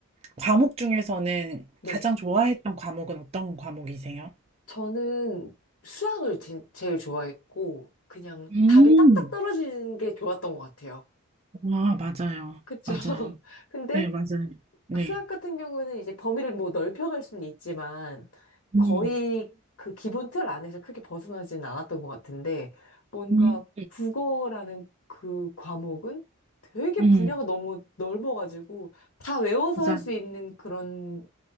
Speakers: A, on the right; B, on the left.
A: 과목 중에서는
B: 네.
A: 가장 좋아했던 과목은 어떤 과목이세요?
B: 저는 수학을 진, 제일 좋아했고, 그냥
A: 음,
B: 답이 딱딱 떨어지는 게 좋았던 것 같아요.
A: 와, 맞아요.
B: 그쵸?
A: 맞아요.
B: <laughs> 근데
A: 네, 맞아요. 네.
B: 수학 같은 경우는 이제 범위를 뭐 넓혀갈 수는 있지만,
A: 음,
B: 거의 그 기본 틀 안에서 크게 벗어나지는 않았던 것 같은데, 뭔가
A: 음,
B: 국어라는 그 과목은 되게
A: 음,
B: 분야가 너무 넓어가지고, 다 외워서
A: 맞아,
B: 할 수 있는 그런